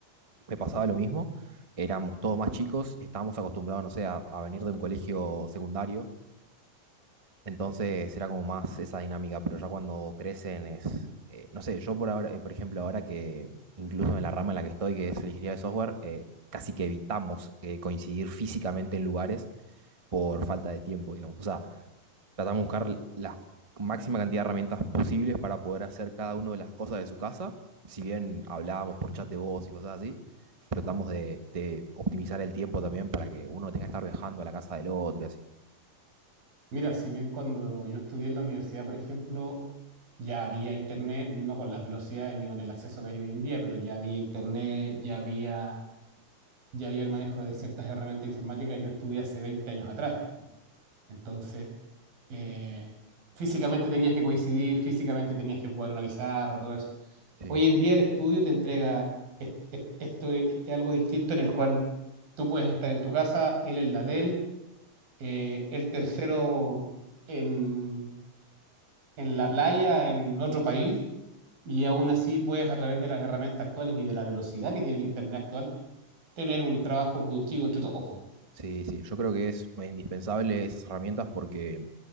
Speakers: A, on the right; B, on the right.
A: me pasaba lo mismo. Éramos todos más chicos, estábamos acostumbrados, no sé, a, a venir de un colegio secundario. Entonces era como más esa dinámica, pero ya cuando crecen es, eh, no sé, yo por ahora, eh, por ejemplo, ahora que incluso en la rama en la que estoy, que es la ingeniería de software, eh, casi que evitamos eh, coincidir físicamente en lugares por falta de tiempo, digamos. O sea, tratamos de buscar la máxima cantidad de herramientas posibles para poder hacer cada una de las cosas de su casa. Si bien hablábamos por chat de voz y cosas así, tratamos de, de optimizar el tiempo también para que uno tenga que estar viajando a la casa del otro y así.
B: Mira, si bien cuando yo estudié en la universidad, por ejemplo, ya había internet, no con las velocidades ni con el acceso que hay hoy en día, pero ya había internet, ya había, ya había el manejo de ciertas herramientas informáticas, yo estudié hace 20 años atrás.
A: Ujú.
B: Entonces, eh, físicamente tenías que coincidir, físicamente tenías que ocupar una pizarra, todo eso.
A: Sí,
B: Hoy en día el estudio te entrega est- est- esto, este algo distinto en el cual tú puedes estar en tu casa, él en la de él, eh, el tercero en, en la playa, en otro país, y aún así puedes a través de las herramientas actuales y de la velocidad que tiene el Internet actual, tener un trabajo productivo entre todos.
A: sí, sí. Yo creo que es indispensable esas herramientas porque